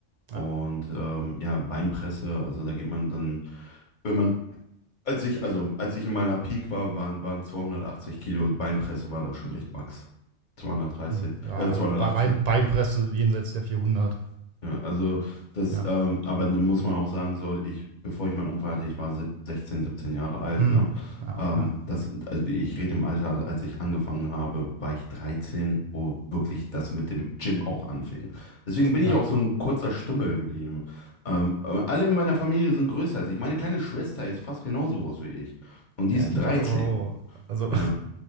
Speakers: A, on the left (about 40°); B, on the right (about 60°).
A: Und
B: ja.
A: ähm, ja, Beinpresse, also da geht man dann, wenn man, als ich, also als ich in meiner Peak war, waren, waren 280 Kilo, Beinpresse war da schon echt Max. 230,
B: Hm, Ja,
A: äh,
B: also
A: 280.
B: Bein, Beinpresse jenseits der vierhundert.
A: Ja, also das,
B: ja.
A: ähm, aber dann muss man auch sagen, so ich, bevor ich meinen Unfall hatte, ich war sieb- 16, 17 Jahre alt,
B: Hm,
A: ne?
B: ja,
A: Ähm,
B: ja,
A: das, also ich rede im Alter, als ich angefangen habe, war ich 13, wo wirklich das mit dem Gym auch anfing. Deswegen bin ich
B: ja.
A: auch so ein kurzer Stümmel geblieben. Ähm, aber alle in meiner Familie sind größer als ich. Meine kleine Schwester ist fast genauso groß wie ich. Und die
B: Ja,
A: ist
B: ich
A: 13.
B: habe das aber auch, also
A: Ja.